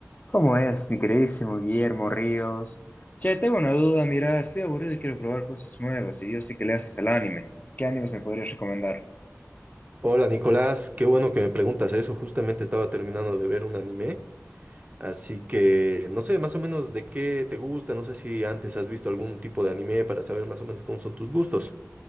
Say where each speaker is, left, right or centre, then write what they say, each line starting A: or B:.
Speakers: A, on the left; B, on the right.
A: ¿Cómo es, mi queridísimo Guillermo Ríos? Che, tengo una duda, mira, estoy aburrido y quiero probar cosas nuevas, y yo sé que le haces al anime. ¿Qué animes me podrías recomendar?
B: Hola Nicolás, qué bueno que me preguntas eso. Justamente estaba terminando de ver un anime, así que no sé más o menos de qué te gusta, no sé si antes has visto algún tipo de anime para saber más o menos cómo son tus gustos.